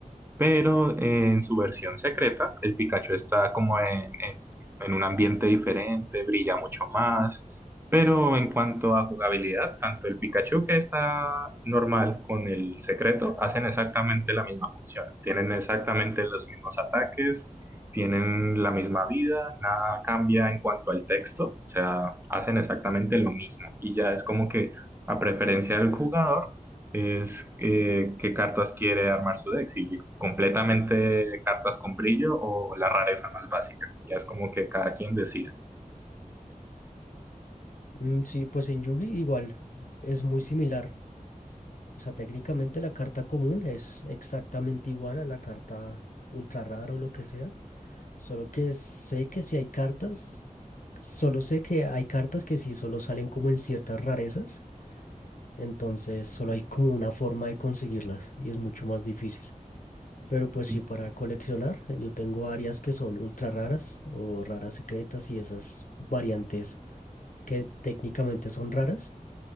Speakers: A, on the right; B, on the left.
A: pero eh, en su versión secreta, el Pikachu está como en, en- en un ambiente diferente, brilla mucho más, pero en cuanto a jugabilidad, tanto el Pikachu que está normal con el secreto hacen exactamente la misma función, tienen exactamente los mismos ataques. Tienen la misma vida, nada cambia en cuanto al texto, o sea, hacen exactamente lo mismo. Y ya es como que a preferencia del jugador, es eh, qué cartas quiere armar su deck, si completamente cartas con brillo o la rareza más básica. Ya es como que cada quien decide.
B: Mm, sí, pues en Yugi igual es muy similar. O sea, técnicamente la carta común es exactamente igual a la carta ultra rara o lo que sea, solo que sé que si hay cartas, solo sé que hay cartas que sí solo salen como en ciertas rarezas, entonces solo hay como una forma de conseguirlas y es mucho más difícil. Pero pues
A: Mm,
B: sí, para coleccionar, yo tengo varias que son ultra raras o raras secretas y esas variantes que técnicamente son raras